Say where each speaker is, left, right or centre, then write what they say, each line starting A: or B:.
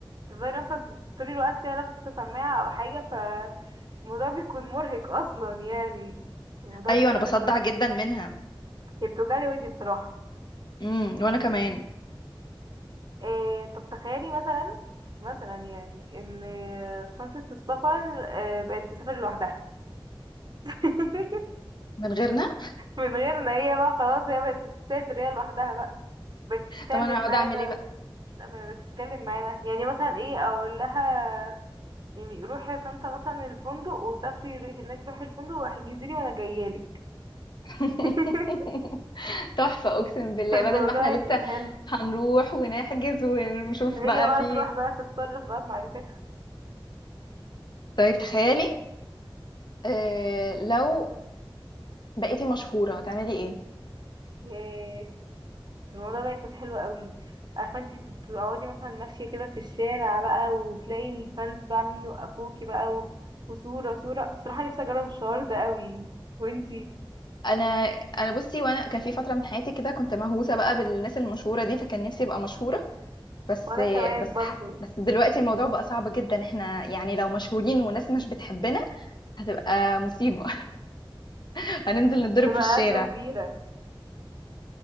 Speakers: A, on the right; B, on the left.
A: تفضلي مثلا طول الوقت كده لابسة سماعة او حاجة فالموضوع بيكون مرهق اصلا يعني
B: <laughs>
A: الموضوع
B: ايوه
A: بيكون
B: انا بصدع
A: رخم اوي
B: جدا منها
A: هي بتوجعلي ودني بصراحة
B: امم وانا كمان
A: إيه طب تخيلي مثلا مثلا يعني ان شنطة السفر آه، بقت تسافر لوحدها <laughs>
B: من غيرنا
A: من غير ان هي بقى خلاص هي بقت تسافر هي لوحدها بقى بتتكلم
B: طب انا هقعد
A: معانا
B: اعمل ايه بقى
A: لا ما بتتكلم معانا يعني مثلا ايه اقول لها يعني روحي يا شنطة مثلا الفندق وسافري روحي هناك روحي الفندق واحجزي لي وانا جايالك
B: <laughs>
A: <laughs>
B: تحفة اقسم بالله
A: الموضوع
B: بدل ما احنا
A: يكون
B: لسه
A: حلو
B: هنروح ونحجز ونشوف
A: هي
B: بقى
A: بقى
B: في
A: تروح بقى تتصرف بقى بمعرفتها <laughs>
B: طيب تخيلي آه، لو بقيتي مشهورة هتعملي ايه
A: ياه. الموضوع ده يكون حلو قوي عارفه انت تقعدي مثلا ماشيه كده في الشارع بقى وتلاقي الفانز بقى عاملين يوقفوكي بقى و... وصوره صوره بصراحه نفسي اجرب الشعور ده قوي وانتي
B: انا انا بصي وانا كان في فترة من حياتي كده كنت مهووسة بقى بالناس المشهورة دي فكان نفسي ابقى مشهورة بس
A: وانا كمان
B: بس
A: برضو
B: ح- بس دلوقتي الموضوع بقى صعب جدا احنا يعني لو مشهورين وناس مش بتحبنا هتبقى مصيبة <laughs> هننزل نتضرب
A: هتبقى
B: في الشارع
A: ازمه كبيره